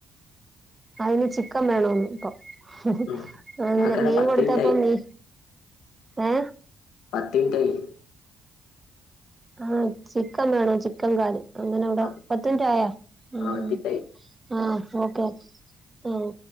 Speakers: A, on the right; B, on the left.
A: അതിന് ചിക്കൻ വേണന്ന് ഇപ്പൊ ഹ ഹ
B: ഉം.
A: അങ്ങനെ
B: ആക്കടെ
A: മീൻ
B: പത്ത്
A: കൊടുത്തപ്പ
B: മിനിറ്റ് ആയി
A: നീ ഏ
B: പട്ടി ടൈപ്പ്
A: ആ ചിക്കൻ വേണം ചിക്കൻകാല് അങ്ങനെ അവിടെ
B: ആ
A: പത്ത് മിനിറ്റ് ആയോ
B: ആ,
A: ഉം
B: പത്ത് മിനിറ്റ് ആയി
A: ആ ഓക്കെ ഓക്കേ